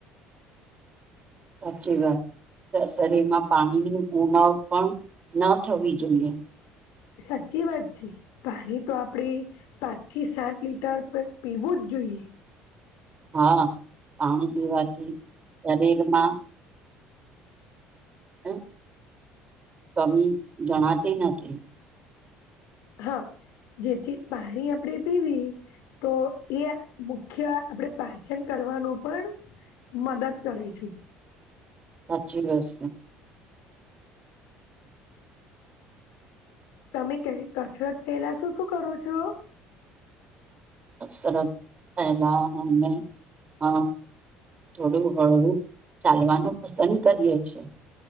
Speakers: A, on the right; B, on the left.
A: સાચી વાત શરીરમાં પાણીની ઉનાવ પણ ન થવી જોઈએ
B: સાચી વાત છે પાણી તો આપડે પાંચ થી સાત લીટર પીવું જ જોઈએ
A: હા પાણી પીવાથી શરીરમાં હ કમી જણાતી નથી.
B: હા જેથી પાણી આપડે પીવી તો એ મુખ્ય આપડે પાચન કર કરવા પણ મદદ કરે છે.
A: સાચી બસ.
B: તમે ક કસરત પેલા શું શું કરો છો.
A: અફસરત પહેલાને હ. થોડું હળવું ચાલવાનું પસંદ કરીએ છીએ.